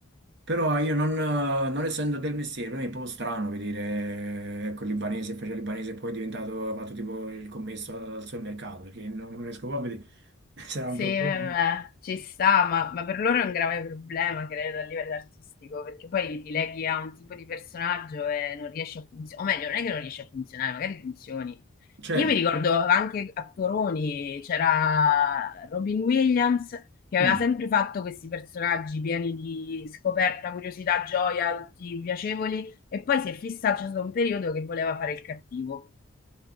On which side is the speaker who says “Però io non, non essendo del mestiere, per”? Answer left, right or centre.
Right